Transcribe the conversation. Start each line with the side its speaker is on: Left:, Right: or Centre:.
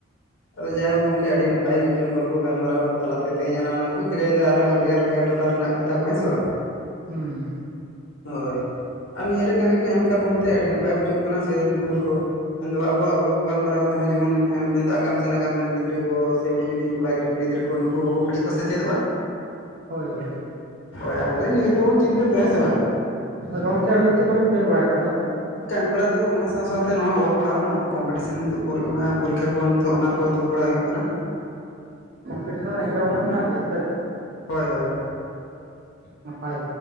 Left: ᱟᱫᱚ ᱡᱟᱭᱦᱳᱠ ᱜᱚᱝᱠᱮ ᱟᱹᱰᱤ ᱱᱟᱯᱟᱭ ᱢᱤᱫᱴᱮᱱ ᱜᱚᱞᱯᱚ ᱜᱟᱞᱢᱟᱨᱟᱣ ᱛᱟᱞᱟᱛᱮᱼᱼ ᱛᱮᱦᱮᱧ ᱟᱞᱟᱝ ᱞᱟᱝ ᱵᱩᱡᱽ ᱫᱟᱲᱮᱭᱟᱫᱟ ᱟᱞᱟᱝ ᱟᱜ ᱵᱷᱮᱜᱟᱨᱼᱵᱷᱮᱜᱟᱨ ᱴᱚᱴᱷᱟ ᱨᱮᱱᱟᱜ ᱠᱟᱛᱷᱟ ᱠᱚ ᱦᱮᱸ ᱥᱮ ᱵᱟᱝ।
Right: ᱦᱩᱸ
Left: ᱦᱳᱭ ᱟᱨ ᱱᱤᱭᱟᱹᱨᱮ ᱠᱟᱹᱢᱤ ᱠᱚ ᱮᱢ ᱠᱟᱫ ᱵᱚᱱᱛᱮ ᱟᱹᱰᱤ ᱱᱟᱯᱟᱭ ᱵᱩᱡᱩᱜ ᱠᱟᱱᱟ ᱥᱮ ᱱᱩᱠᱩᱼᱼ ᱢᱮᱱᱫᱚ ᱟᱵᱚᱣᱟᱜ ᱜᱚᱞᱯᱚ ᱜᱟᱞᱢᱟᱨᱟᱣ ᱛᱮᱦᱚᱸ ᱡᱮᱢᱚᱱ ᱢᱮᱱᱫᱚ ᱟᱜᱟᱢ ᱥᱮ ᱱᱟᱜᱟᱢᱼᱼ ᱨᱮᱱ ᱜᱤᱫᱽᱨᱟᱹ ᱠᱚ ᱥᱮ ᱦᱩᱰᱤᱧ ᱦᱩᱰᱤᱧ ᱠᱚᱲᱟ ᱜᱤᱫᱽᱨᱟᱹ ᱠᱩᱲᱤ ᱜᱤᱫᱽᱨᱟᱹ ᱠᱚ ᱱᱩᱠᱩ ᱠᱟᱹᱴᱤᱡ ᱠᱚ ᱥᱮᱪᱮᱫᱚᱜᱼᱟ।
Right: ᱦᱳᱭ ᱦᱳᱭ ᱦᱳᱭ।
Left: ᱦᱳᱭ ᱟᱵᱩ ᱫᱚ ᱤᱱᱟ ᱜᱮ ᱛᱮᱵᱚᱱ ᱪᱤᱱᱛᱟᱹ ᱫᱚ ᱦᱮᱸ ᱥᱮ ᱵᱟᱝ?
Right: ᱦᱳᱭ ᱜᱚᱢᱠᱮ ᱟᱵᱤᱱ ᱪᱮᱫ ᱠᱚᱵᱤᱱ ᱠᱟᱹᱢᱤ ᱵᱟᱲᱟᱭ ᱫᱟ ᱟᱫᱚ?
Left: ᱠᱟᱹᱢᱤ ᱵᱟᱲᱟ ᱫᱚ ᱚᱱᱟ ᱥᱟᱶ ᱥᱟᱶᱛᱮ ᱱᱚᱣᱟ ᱚᱞ ᱯᱟᱲᱦᱟᱣ ᱱᱚᱜᱼᱚ ᱠᱚᱢᱯᱤᱴᱤᱥᱚᱱ ᱯᱩᱨᱟᱹᱜ ᱢᱟ ᱱᱤᱛᱚᱜ ᱯᱚᱨᱤᱠᱠᱷᱟ ᱠᱚᱦᱚᱸᱼ ᱱᱤᱛᱚᱜ ᱚᱱᱟ ᱠᱚ ᱫᱩᱲᱩᱵ ᱵᱟᱲᱟ ᱦᱩᱭᱩᱜ ᱠᱟᱱᱟ।
Right: ᱠᱚᱢᱯᱤᱴᱤᱥᱚᱱ ᱮᱸᱜᱽᱡᱟᱢ ᱦᱚᱸ ᱢᱮᱱᱟᱜ ᱜᱮᱭᱟ ᱥᱮ?
Left: ᱦᱳᱭᱼᱦᱳᱭ।
Right: ᱱᱟᱯᱟᱭ